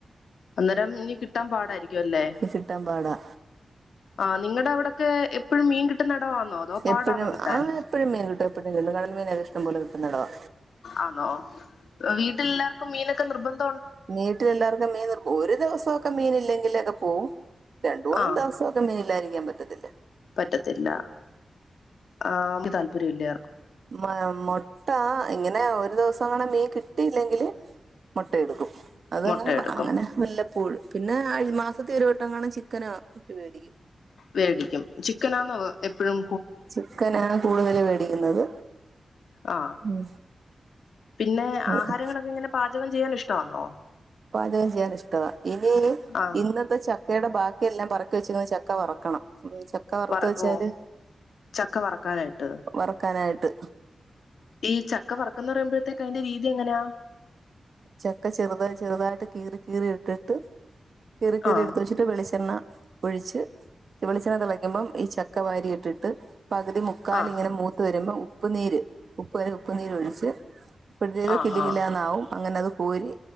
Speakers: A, on the left (about 90°); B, on the right (about 50°).
A: അന്നേരം, ഇനി കിട്ടാൻ, പാടായിരിക്കുവ അല്ലേ
B: കിട്ടാൻ പാടാ
A: ആ, നിങ്ങടെ, അവിടെക്കെ, എപ്പഴും, മീൻ കിട്ടുന്നവെടവാന്നോ, അതോ, പാടാന്നോ
B: എപ്പോഴും
A: കിട്ടാൻ
B: ആ എപ്പോഴും മീൻ <unintelligible> കിട്ടുന്നിടവാ
A: ആണോ, വീട്ടിൽല്ലാർക്കും മീനൊക്കെ, നിർബന്ധ
B: വീട്ടിലെല്ലാർക്കും, മീന്, നി, ഒരു ദിവസമൊക്കെ, മീൻ ഇല്ലെങ്കിലൊക്കെ, പോവും രണ്ട്, മൂന്നും
A: ആ
B: ദിവസമൊക്കെ, മീനില്ലാതിരിക്കാൻ, പറ്റത്തില്ല
A: പറ്റത്തില്ല, ആ, <unintelligible> താല്പര്യമില്ല
B: മ്മ ആ മുട്ട, ഇങ്ങനെ, ഒരു ദിവസം, അങ്ങനെ, മീൻ കിട്ടിയില്ലെങ്കില്, മുട്ട എടുക്കും. അതങ്ങനെ,
A: മുട്ട എടുക്കും
B: അങ്ങനെ, വല്ലപ്പോഴും, പിന്നെ മാസത്തി, ഒരു വട്ടം, ചിക്കന ഇട്ട് പേടിക്കും.
A: വേടിക്കും, ചിക്കനാന്നൊ, എപ്പോഴും
B: ചിക്കനാണ്, കൂടുതൽ, മേടിക്കുന്നത്,
A: ആ
B: ഉം
A: പിന്നെ,
B: അത്
A: ആഹാരങ്ങളൊക്കെ, ഇങ്ങനെ പാചകം, ചെയ്യാനിഷ്ടമാന്നോ
B: പാചകം, ചെയ്യാൻ, ഇഷ്ടവാ, ഇനി,
A: ആ
B: ഇന്നത്തെ, ചക്കയുടെ, ബാക്കി ക്കിയെല്ലാം, പറക്ക വെച്ചന്ന്, ചക്ക വറക്കണം ഉം, ചക്ക വറുത്തച്ചാല്,
A: വറക്കുവോ? ചക്ക വറക്കാനായിട്ട്.
B: വറക്കാനായിട്ട്
A: ഈ, ചക്ക, വറക്കന്ന്, പറയുമ്പോഴത്തേക്ക, അതിന്റെ രീതി എങ്ങനെയാ.
B: ചക്ക ചെറുത ചെറുതായിട്ട് കീറി കീറി ഇട്ടിട്ട് കീറി കീറി
A: ആ
B: എടുത്ത് വച്ചിട്ട് വെളിച്ചെണ്ണ ഒഴിച്ച് വെളിചെന തിളക്കുമ്പം ഈ ചക്കവാരി ഇട്ടിട്ട് പകുതി മുക്കാലിങ്ങനെ
A: ആ
B: മൂത്ത് വരുമ്പോ ഉപ്പ്നീര് ഉപ്പ് വരെ ഉപ്പ് നീര് ഒഴിച്ച് <unintelligible>
A: ആഹാ
B: കിട് കിഡാ ന്നാവും അത് കൂരി